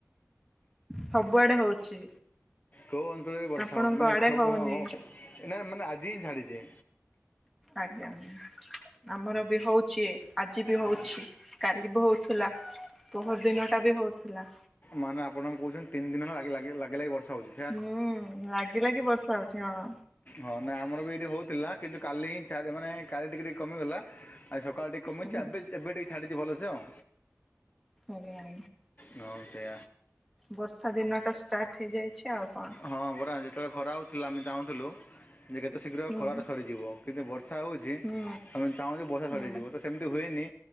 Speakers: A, in the centre; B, on the left.
A: ସବୁଆଡେ ହଉଛି।
B: କୋଉ ଅଞ୍ଚଳରେ ବର୍ଷା
A: ଆପଣଙ୍କ
B: ହବ ମାନେ
A: ଆଡେ
B: ସବୁ
A: ହଉନି
B: ହଁ ହ ନା ମାନେ ଆଜି ହିଁ ଛାଡିଛି।
A: ଆଜ୍ଞା। ଆମର ବି ହଉଛି, ଆଜି ବି
B: ସବୁ
A: ହଉଛି କାଲି ବି ହଉଛି। ଥିଲା। ବହର ଦିନ ଟା ବି ହଉଥିଲା।
B: ମାନେ ଆପଣଙ୍କୁ କହୁଛନ୍ତି ତିନି ଦିନ ହେଲା ଲାଗିଲ ଲାଗି ବର୍ଷା ହଉଛି।
A: ହୁଁ। ଲାଗି ଲାଗି ବର୍ଷା ହଉଛି ହଁ।
B: ହଁ ନା ଆମର ବି ଏଇଠି ହଉଥିଲା କିନ୍ତୁ କାଲି ହିଁ ମାନେ କାଲି ଟିକେ ଟିକେ କମିଗଲା ଆଉ ସକାଳ ଟିକେ କମିଛି
A: ଆଜ୍ଞା।
B: ଏବେ, ଏବେ ଟିକେ ଛାଡିଛି ଭଲସେ ଆଉ
A: ଆ୍ଞା ଆ
B: ନ ସେ
A: ବର୍ଷା ଦିନ ଟା ଷ୍ଟାର୍ଟ ହେଇଯାଇଛି ଆଉ କଣ?
B: ହଁ ବରା ଯେତେବେଳେ ଖରା ହେଉଥିଲା ଆମେ ଚାହୁଁଥିଲୁ ଯେ କେତେ ଶୀଘ୍ର
A: ହୁଁ
B: ଖରାଟା ସରିଯିବ କିନ୍ତୁ ବର୍ଷା ହେଉଛି
A: ହୁଁ
B: ଆମେ ଚାହୁଁଛ ବର୍ଷା
A: ହୁଁ
B: ସରିଯିବ ତ ସେମିତି ହୁଏନି